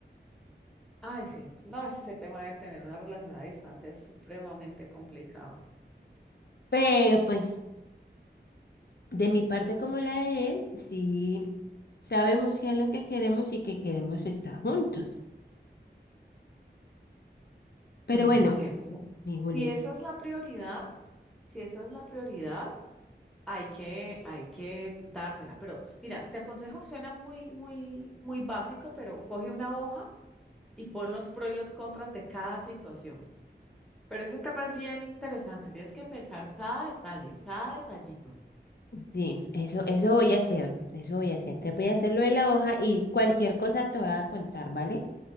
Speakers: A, in the centre; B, on the left.
A: Ay, sí, no, ese tema de tener una relación a distancia es supremamente complicado.
B: pero pues... De mi parte como la de él, sí sabemos qué es lo que queremos y que queremos estar juntos. Pero
A: Bueno,
B: bueno,
A: mujer, o sea,
B: mi Julis,
A: si esa es la prioridad, si esa es la prioridad, hay que, hay que dársela. Pero mira, te aconsejo, suena muy, muy, muy básico, pero coge una hoja y pon los pros y los contras de cada situación. Pero ese tema es bien interesante, tienes que pensar cada detalle, cada detallito.
B: sí, eso, eso voy a hacer, eso voy a hacer. Te voy a hacer lo de la hoja y cualquier cosa te voy a contar, ¿vale?